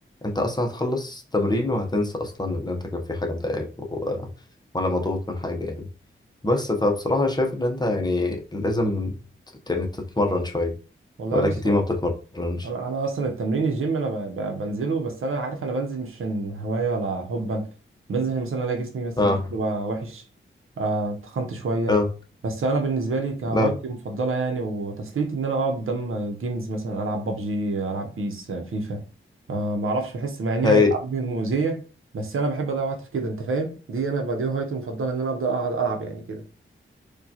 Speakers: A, on the left (about 20°); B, on the right (about 75°).
A: انت اصلا هتخلص تمرين وهتنسى اصلا ان انت كان في حاجة مضايقاك و- ولا مضغوط من حاجة يعني بس فبصراحة شايف ان انت يعني لازم ت- يعني تتمرن شوية
B: والله
A: بقالك
B: بص
A: كتير
B: انا
A: ما بتتمرنش
B: انا اصلا التمرين الجيم انا ب- ب- بنزله بس انا عارف انا بنزل مش من هوايه ولا حبا بنزل عشان مثلا الاقي جسمي مثلا
A: اه
B: شكله بقى وحش آه، تخنت شويه
A: اه
B: بس انا بالنسبه لي كهوايتي
A: اه
B: المفضله يعني وتسليتي ان انا اقعد قدام جيمز مثلا العب ببجي العب بيس فيفا آه، ما اعرفش بحس مع ان هي
A: هايل
B: العاب مؤذيه بس انا بحب اضيع وقت في كده انت فاهم دي انا ب- دي هوايتي المفضله ان انا افضل اقعد العب يعني كده